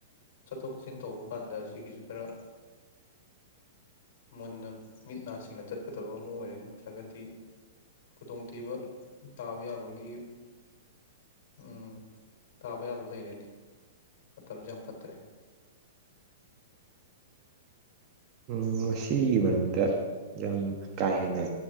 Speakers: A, on the left; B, on the right.
A: ꯆꯠꯊꯣꯛ ꯆꯠꯁꯤꯟ ꯇꯧꯕ ꯀꯥꯟꯗ ꯑꯁꯤꯒꯤꯁꯨ ꯈꯔ ꯃꯨꯟꯅ ꯃꯤꯠ ꯅꯥ ꯁꯤꯡꯅ ꯆꯠꯀꯗꯕ ꯑꯃ ꯑꯣꯏꯔꯦ ꯅꯠꯇ꯭ꯔꯒꯗꯤ ꯈꯨꯗꯣꯡꯊꯤꯕ ꯇꯥꯕ ꯌꯥꯕꯒꯤ ꯎꯝ ꯇꯥꯕ ꯌꯥꯕ ꯂꯩꯔꯦꯅꯦ ꯃꯇꯝꯁꯦ ꯌꯥꯝ ꯐ ꯇ꯭ꯔꯦ
B: ꯎ ꯃꯁꯤꯒꯤ ꯃꯔꯝꯗ ꯌꯥꯝ ꯀꯥ ꯍꯦꯟꯅ